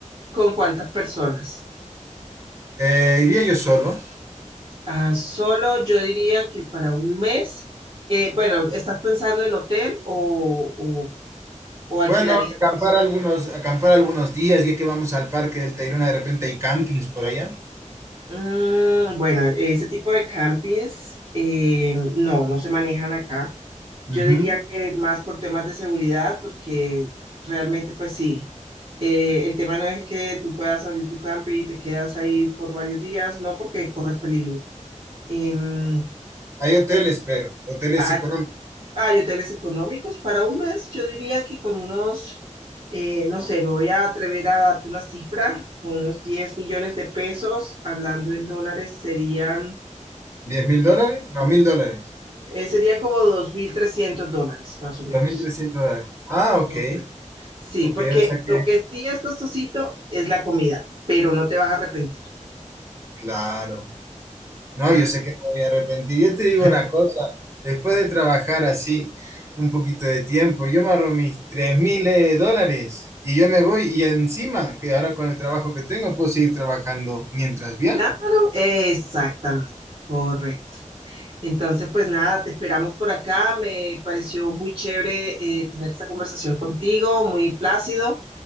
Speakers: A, on the right; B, on the right.
A: ¿Con cuántas personas?
B: Eh, iría yo solo.
A: Ah, solo yo diría que para un mes, eh, bueno, ¿estás pensando en hotel o, o- o alquilarías?
B: Bueno, acampar algunos, acampar algunos días, ya que vamos al parque del Tayrona, de repente hay campings por allá.
A: Mm, bueno, ese tipo de campings eh, no, no se manejan acá.
B: Ujú.
A: Yo diría que más por temas de seguridad, porque realmente pues sí, eh, el tema no es que tú puedas abrir tu camping y te quedas ahí por varios días, no, porque corres peligro. Em,
B: Hay hoteles, pero hoteles
A: ay,
B: económicos.
A: Hay hoteles económicos para un mes, yo diría que con unos, eh, no sé, me voy a atrever a darte una cifra, con unos 10 millones de pesos, hablando en dólares, serían,
B: diez mil
A: eh,
B: dólares? No, mil dólares.
A: eh, serían como 2.300 dólares, más o menos.
B: También 300 dólares. Ah,
A: Correcto.
B: ok.
A: Sí,
B: Ok,
A: porque
B: o sea que,
A: lo que sí es costosito es la comida, pero no te vas a arrepentir.
B: claro. No,
A: Ay,
B: yo sé que no me voy a arrepentir. Yo te digo
A: <laughs>
B: una cosa, después de trabajar así un poquito de tiempo, yo me ahorro mis 3 mil eh, dólares y yo me voy y encima, que ahora con el trabajo que tengo, puedo seguir trabajando mientras viajo.
A: claro, exactamente, correcto. Entonces, pues nada, te esperamos por acá. Me pareció muy chévere eh, tener esta conversación contigo, muy plácido.